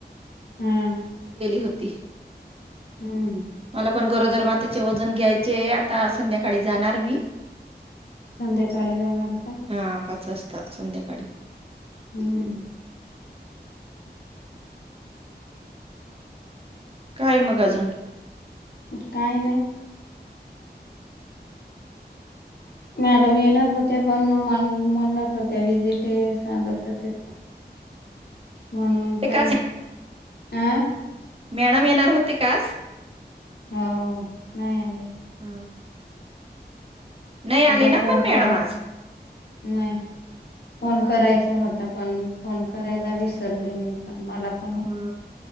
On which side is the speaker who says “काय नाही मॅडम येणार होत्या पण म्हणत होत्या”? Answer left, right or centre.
Left